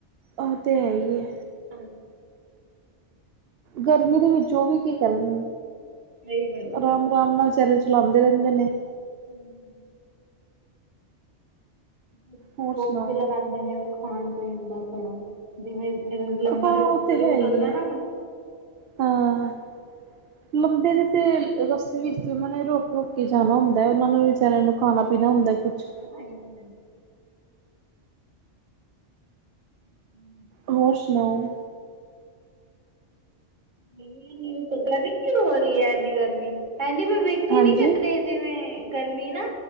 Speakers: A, on the right; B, on the right.
A: ਉਹ ਤੇ ਹੈ।
B: ਹਾਂ।
A: ਗਰਮੀ ਦੇ ਵਿੱਚ, ਉਹ ਵੀ ਕੀ ਕਰਨ?
B: ਸਹੀ ਗੱਲ
A: ਆਰਾਮ।
B: ਹੈ।
A: ਆਰਾਮ ਨਾਲ ਚਿਹਰੇ ਚਲਾਉਂਦੇ ਰਹਿੰਦੇ ਨੇ।
B: <unintelligible> ਚੁੱਪ
A: ਹੋਰ ਸੁਣਾਓ
B: ਵੀ ਲਗਾਉਂਦੇ ਨੇ ਉਹ ਖਾਣ ਪੀਣ ਦਾ ਥੋੜਾ। ਜਿਵੇਂ, ਜਿਵੇਂ ਲੰਬਾ
A: ਹਾਂ
B: ਰੂਟ,
A: ਉਹ ਤੇ
B: ਰੂਟ
A: ਹੈ ਹੀ
B: ਹੁੰਦਾ
A: ਹੈ
B: ਨਾ
A: ਹਾਂ, ਲੰਬੇ ਦੀ ਤੇ, ਰਸਤੇ ਵਿੱਚ ਤੇ ਉਹਨਾਂ ਨੇ ਰੋਕ-ਰੋਕ ਕੇ ਜਾਣਾ ਹੁੰਦਾ ਉਹਨਾਂ ਨੂੰ ਵਿਚਚਾਰਿਆਂ ਨੂੰ ਖਾਣਾ-ਪੀਣਾ ਹੁੰਦਾ ਕੁਛ।
B: ਹਾਂਜੀ। ਹਮ।
A: ਹੋਰ ਸੁਣਾਓ?
B: <unintelligible> ਪਤਾ ਨੀ ਕੀ ਹੋ ਰਹੀ ਹੈ। ਐਨੀ ਗਰਮੀ ਐਨੀ ਮੈਂ ਵੇਖ ਖ
A: ਹਾਂਜੀ
B: ਨੀ ਕਰਦੇ ਜਿਵੇਂ, ਗਰਮੀ ਨਾ